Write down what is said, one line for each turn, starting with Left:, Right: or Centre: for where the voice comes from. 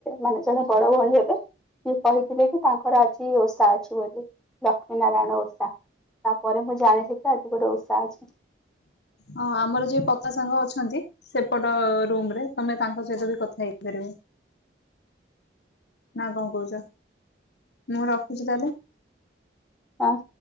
Centre: ମାନେ ଜଣେ ବଡ ଭଉଣୀ ହେବେ। ସିଏ କହିଥିଲେ କି ତାଙ୍କର ଆଜି ଓଷା ଅଛି ବୋଲି, ଲକ୍ଷ୍ମୀ ନାରାୟଣ ଓଷା ତାପରେ ମୁଁ ଜାଣିଲି କି ଆଜି ଏ ଗୋଟେ ଉଷା ଅଛି।
Left: ହଁ ଆମର ଯେ ପତା ସାଙ୍ଗ ଅଛନ୍ତି। ସେପଟ ରୁମରେ ତମେ ତାଙ୍କ ସହିତ ବି କଥା ହେଇପାରିବ। ନା କଣ କହୁଚ ମୁଁ ରଖୁଚି ତାହେଲେ?
Centre: ଅଁ।